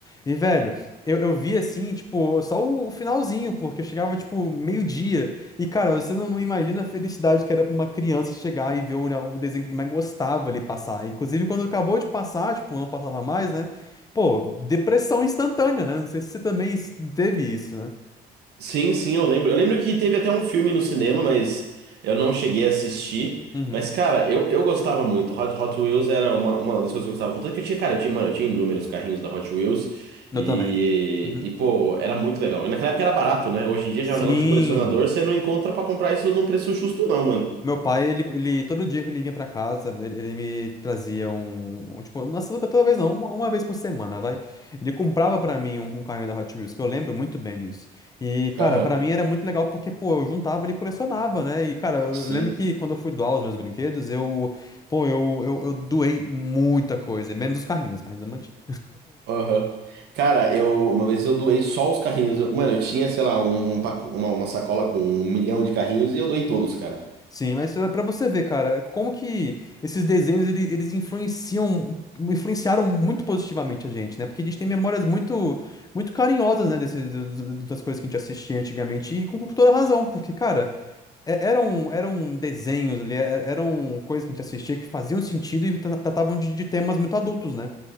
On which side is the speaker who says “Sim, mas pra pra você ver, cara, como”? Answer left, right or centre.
Left